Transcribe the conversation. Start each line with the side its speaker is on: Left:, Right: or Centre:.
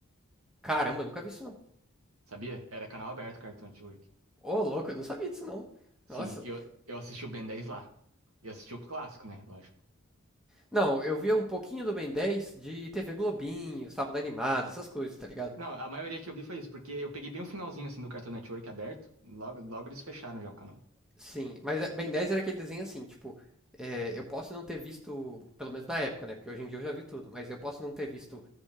Centre: Caramba, eu nunca vi isso, não.
Right: Sabia? Era canal aberto Cartoon Network.
Centre: Ô, louco, eu não sabia disso, não.
Right: Sim,
Centre: Nossa.
Right: eu, eu assisti o Ben 10 lá. E assisti o clássico, né? Lógico.
Centre: Não, eu via um pouquinho do Ben 10 de TV Globinho, Sábado Animado, essas coisas, tá ligado?
Right: Não, a maioria que eu vi foi isso, porque eu peguei bem o finalzinho assim do Cartoon Network aberto, logo, logo eles fecharam já o canal.
Centre: Sim, mas é, Ben 10 era aquele desenho assim, tipo... é, eu posso não ter visto, pelo menos na época, né? Porque hoje em dia eu já vi tudo, mas eu posso não ter visto